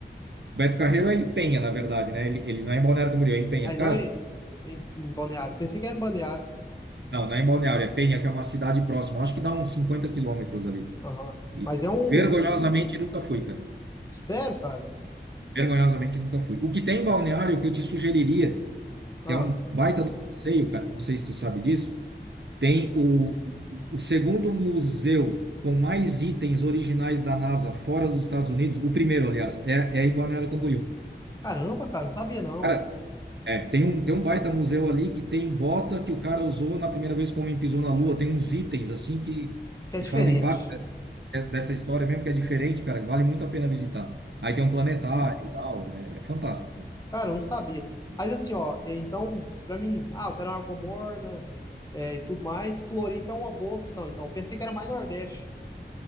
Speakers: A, on the right; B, on the left.
A: Beto Carreiro é em Penha, na verdade, né? Ele, ele não é em Balneário Camboriú, é em Penha.
B: Aí
A: Cara,
B: não em, em, em Balneário. Pensei que era em Balneário.
A: não, não é em Balneário, é Penha, que é uma cidade próxima. Acho que dá uns 50 quilômetros ali.
B: Aham.
A: E
B: Mas é um.
A: vergonhosamente nunca fui, cara.
B: Sério, cara?
A: Vergonhosamente nunca fui. O que tem em Balneário que eu te sugeriria.
B: Ah,
A: que é um baita do passeio, cara. Não sei se tu sabe disso. Tem
B: uhum.
A: o, o segundo museu com mais itens originais da NASA fora dos Estados Unidos. O primeiro, aliás, é, é em Balneário Camboriú.
B: Caramba, cara, não sabia não,
A: Cara,
B: ué.
A: é, tem um, tem um baita museu ali que tem bota que o cara usou na primeira vez que o homem pisou na Lua. Tem uns itens assim que,
B: Que é
A: que
B: diferente.
A: fazem parte de- dessa história mesmo, que é diferente, cara. Vale muito a pena visitar. Aí tem
B: Uhum.
A: um planetário e tal. É, é fantástico, cara.
B: Cara, eu não sabia. Mas assim, ó, é, então, pra mim, ah, eu quero uma água morna é, e tudo mais. Floripa é uma boa opção. Então, eu pensei que era mais Nordeste.